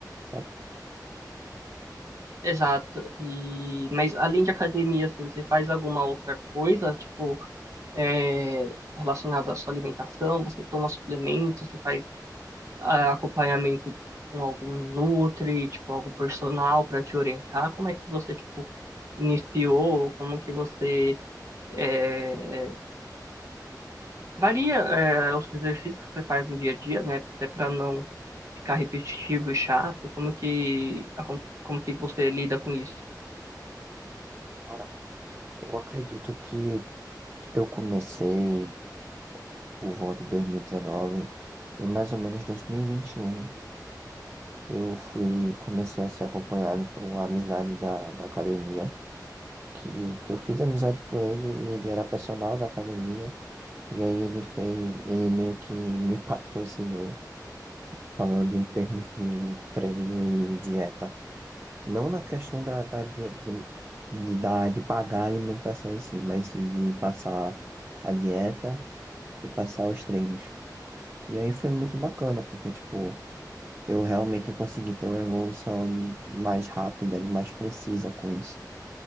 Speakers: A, on the right; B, on the right.
A: sabe?
B: Exato. E mas além de academia, assim, você faz alguma outra coisa, tipo, é, relacionada à sua alimentação? Você toma suplementos? Você faz ah, acompanhamento com algum nutri, tipo, algum personal para te orientar? Como é que você, tipo, iniciou? Como que você é, varia é, os exercícios que você faz no dia a dia, né? Até para não ficar repetitivo e chato. Como que, acon- como que você lida com isso?
A: Cara, eu acredito que eu comecei por volta de 2019 e dezenove, em mais ou menos 2021 eu fui, comecei a ser acompanhado por uma amizade da, da academia, que, que eu fiz amizade com ele e ele era personal da academia e aí ele fez, ele meio que me <laughs> patrocinou falando em termos de treino e dieta. Não na questão da, da, de, de, de, da- de pagar a alimentação em si, mas sim de passar a dieta e passar os treinos. E aí foi muito bacana, porque, tipo, eu realmente consegui ter uma evolução de- mais rápida e mais precisa com isso.